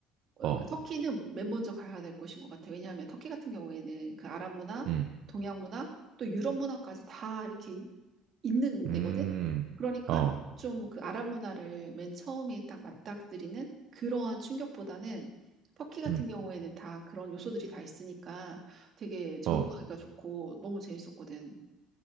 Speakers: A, on the right; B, on the right.
A: 어, 그러니까
B: 어,
A: 터키는 맨 먼저 가야 될 곳인 것 같아. 왜냐하면 터키 같은 경우에는 그 아랍 문화,
B: 응,
A: 동양 문화, 또 유럽 문화까지 다 이렇게 있는
B: 음,
A: 데거든. 그러니까
B: 어,
A: 좀 그 아랍 문화를 맨 처음에 딱 맞닥뜨리는 그러한 충격보다는 터키 같은
B: 응
A: 경우에는 다 그런 요소들이 다 있으니까 되게 적응하기가
B: 어.
A: 좋고 너무 재밌었거든.